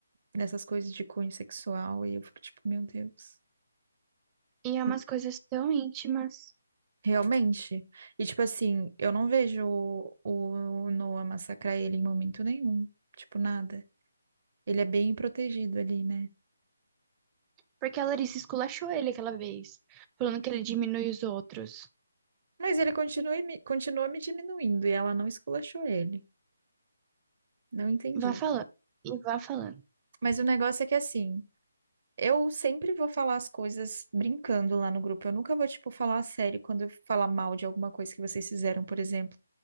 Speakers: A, on the right; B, on the right.
A: dessas coisas de cunho sexual e eu fico tipo, meu Deus,
B: E é umas
A: Hum,
B: coisas tão íntimas.
A: realmente. E tipo assim, eu não vejo o, o Noah massacrar ele em momento nenhum, tipo, nada. Ele é bem protegido ali, né?
B: Porque a Larissa esculachou ele aquela vez, falando que ele diminui os outros.
A: Mas ele continua, me- continua me diminuindo e ela não esculachou ele. Não entendi.
B: Vá falando, e vá falando.
A: Mas o negócio é que assim. Eu sempre vou falar as coisas brincando lá no grupo. Eu nunca vou, tipo, falar a sério quando eu falar mal de alguma coisa que vocês fizeram, por exemplo.